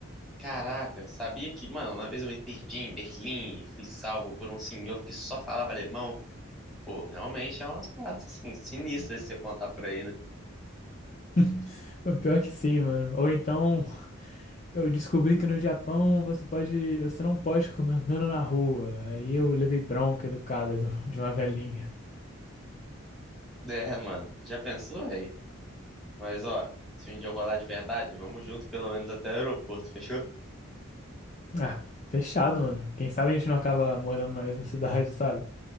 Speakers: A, in the centre; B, on the left (about 35°).
A: caraca, sabia que, mano, uma vez eu me perdi em Berlim e fui salvo por um senhor que só falava alemão. Pô, realmente é umas paradas assim, sinistras de você contar por aí, né?
B: <laughs> O Pior que sim, mano. Ou então, eu descobri que no Japão você pode, você não pode comer <laughs> andando na rua. Aí eu levei bronca educada <laughs> do- de uma velhinha.
A: É, mano, já pensou, aí? Mas, ó, se um dia eu rolar de verdade, vamos junto pelo menos até o aeroporto, fechou?
B: Ah, fechado, mano. Quem sabe a gente não acaba morando na mesma cidade, sabe?